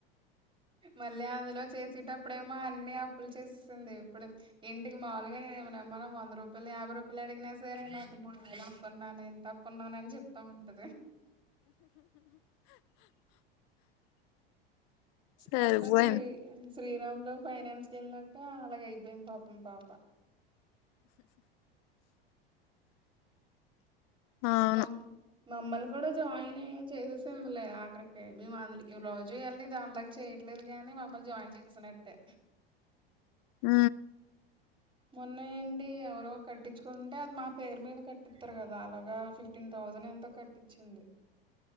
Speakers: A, on the right; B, on the left.
A: మళ్ళీ అందులో చేసేటప్పుడేమో అన్ని అప్పులు చేస్తుంది ఇప్పుడు ఇంటికి మాములుగా ఏమ మ వంద రూపాయలు యాభై రూపాయలు అడిగినా సరే నాటి మూడు వేల అప్పండానా ఇంత అప్పంన్నానా అని చెప్తా ఉంటది
B: సరిపోయింది
A: మత్త శ్రీ శ్రీరామ్ లో ఫైనాన్స్ క వెళ్ళాక అలాగ అయిపోయింది పాపం పాప
B: అవును
A: మమ్ మమ్మల్ని కూడా జాయిన్య చేసేసిందిలే ఆఖరికే మే అజ జూయల్ని దానిలాగా చేయట్లేదు గాని మమ్మల్ని జాయిన్ చేసినట్టే
B: హ
A: మొన్నయండి ఎవరో కట్టించుకుంటే అది మా పేరు మీద కట్టిస్తారు కదా అలాగగా ఫిఫ్టీన్ థౌసండ్ ఎ కట్టించింది